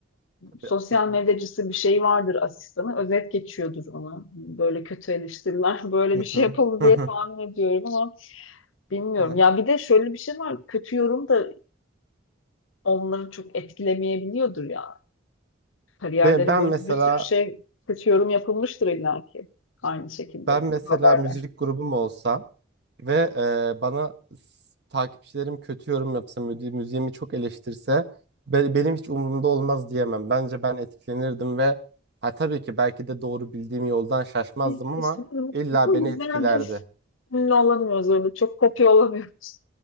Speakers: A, on the right (about 55°); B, on the left (about 80°).
A: Tabii.
B: sosyal
A: Hı hı.
B: medyacısı bir şey vardır asistanı. Özet geçiyordur ona. Böyle kötü eleştiriler <laughs> böyle
A: Hı
B: bir şey
A: hı.
B: yapıldı diye
A: Hı hı.
B: tahmin ediyorum ama bilmiyorum.
A: Hı hı.
B: Ya bir de şöyle bir şey var. Kötü yorum da onları çok etkilemeyebiliyordur ya. Kariyerleri
A: Ben, ben
B: boyunca
A: mesela
B: bir sürü şey kötü yorum yapılmıştır illa ki. Aynı şekilde
A: ben
B: kötü
A: mesela
B: haber
A: müzik grubum olsa Ve e, bana s- takipçilerim kötü yorum yapsa, müzi- müziğimi çok eleştirse be- benim hiç umurumda olmaz diyemem. Bence ben etkilenirdim ve ha, tabii ki belki de doğru bildiğim yoldan şaşmazdım
B: Biz
A: ama
B: işte bu
A: illa
B: bu
A: beni
B: yüzden
A: etkilerdi.
B: biz ünlü olamıyoruz öyle. Çok kopya olamıyoruz.